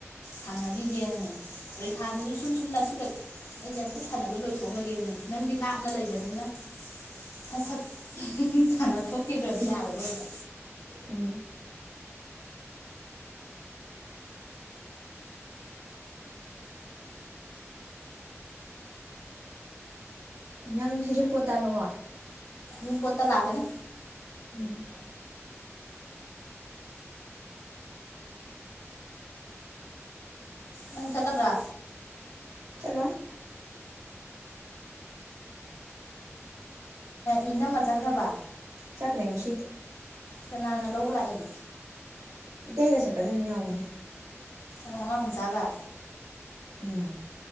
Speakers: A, on the left; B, on the right.
A: ꯁꯥꯟꯅꯈꯤꯒꯦꯅꯅꯦ ꯄꯔꯤꯈꯥꯗꯨꯁꯨ ꯁꯨꯝ ꯁꯨꯝ ꯂꯛꯁꯤꯜꯂꯛ ꯑꯩꯗꯤ ꯑꯝꯇ ꯍꯝꯇ ꯁꯅꯕ ꯂꯣꯏꯊꯣꯛꯍꯒꯦꯅꯅꯦ ꯅꯪꯗꯤ ꯂꯥꯞꯅ ꯂꯩꯕꯅꯤꯅ ꯁꯠ ꯁꯠ ꯁꯥꯅ ꯊꯣꯛꯈꯤꯗ꯭ꯔꯗꯤ
B: ꯎꯝ
A: ꯌꯥꯔꯔꯣꯏꯕ
B: ꯎꯝ ꯅꯪ ꯍꯩꯖꯤꯡꯄꯣꯠ ꯇꯥꯕꯀꯣ
A: ꯌ ꯄꯣꯠꯇ ꯂꯥꯛꯀꯅꯤ
B: ꯎꯝ
A: ꯅꯪ ꯆꯠꯀꯗ꯭ꯔꯥ
B: ꯆꯂꯣ ꯍꯥꯏ
A: ꯏ ꯅꯝꯃ ꯆꯠꯈ꯭ꯔꯕ
B: ꯆꯈꯔꯦ ꯉꯁꯤ
A: ꯀꯅꯥꯅ ꯂꯧꯕ ꯂꯥꯛꯏ
B: ꯏꯇꯩꯒ ꯆꯠꯄꯗ ꯑꯗꯨꯝ ꯌꯥꯎꯕꯅꯦ
A: ꯑ ꯃ ꯆꯥꯗ
B: ꯎꯝ